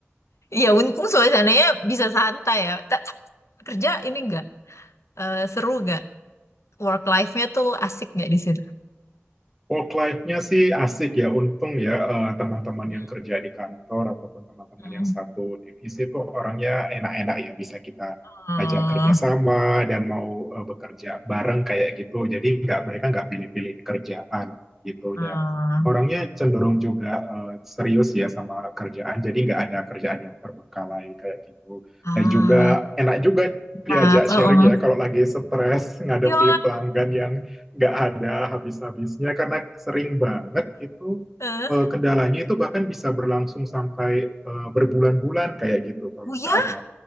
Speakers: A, on the left; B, in the centre.
A: ya untung suasananya bisa santai ya. Ta- tapi kerja ini nggak eh, seru nggak? Work life-nya tuh asik nggak di situ?
B: Work life-nya sih asik ya, untung ya eh, teman-teman
A: Hmm.
B: yang kerja di kantor ataupun teman-teman
A: Hmm.
B: yang satu divisi itu orangnya enak-enak ya, bisa kita
A: Oh,
B: ajak kerjasama dan mau eh, bekerja bareng kayak gitu. Jadi nggak mereka nggak pilih-pilih kerjaan gitu dan
A: oh.
B: orangnya cenderung juga eh, serius ya sama kerjaan. Jadi nggak ada kerjaan yang terbengkalai kayak gitu.
A: Ah,
B: Dan juga enak juga diajak
A: enak. Oh,
B: sharing
A: oh.
B: ya kalau lagi stres ngadepi
A: Ya,
B: pelanggan yang nggak ada habis-habisnya karena sering banget itu
A: eh,
B: eh, kendalanya itu bahkan bisa berlangsung sampai eh, berbulan-bulan kayak gitu kalau
A: oh ya,
B: nggak ada